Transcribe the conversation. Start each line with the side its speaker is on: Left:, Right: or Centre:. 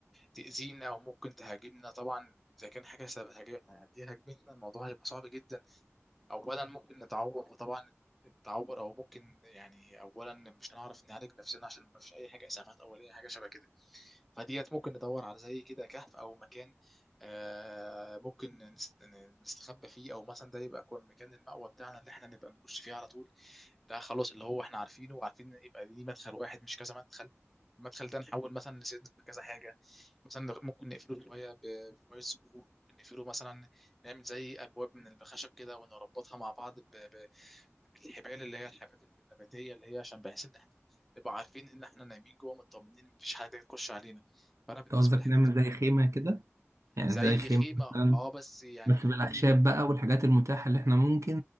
Centre: تاذينا او ممكن تهاجمنا طبعا اذا كان حاجه سبب هاجمتنا الموضوع هيبقى صعب جدا اولا ممكن نتعور وطبعا التعور او ممكن يعني اولا مش هنعرف نعالج نفسنا عشان ما فيش اي حاجه اسعافات اوليه حاجه شبه كده فديت ممكن ندور على زي كده كهف او مكان آه ممكن نس- نستخبى فيه او مثلا ده يبقى يكون مكان المأوى بتاعنا اللي احنا نبقى نخش فيه على طول ده خلاص اللي هو احنا عارفينه وعارفين يبقى ليه مدخل واحد مش كذا مدخل المدخل ده نحول مثلا نسد كذا حاجه مثلا ممكن نقفله شويه ب- بشويه صخور ممكن نقفله مثلا نعمل زي ابواب من الخشب كده ونربطها مع بعض ب- ب- بالحبال اللي هي الحبات النباتيه اللي هي عشان بحيث ان احنا نبقى عارفين ان احنا نايمين جوه مطمنين إن مفيش حاجه تخش علينا فانا بالنسبه
Right: أنت قصدك
Centre: لي الحاجات
Right: نعمل
Centre: دي كلها
Right: زي خيمة كده يعني
Centre: زي
Right: زي خيمة
Centre: خيمه
Right: مثلا
Centre: اه بس يعني
Right: بس بالأخشاب
Centre: دي
Right: بقى والحاجات المتاحة اللي احنا ممكن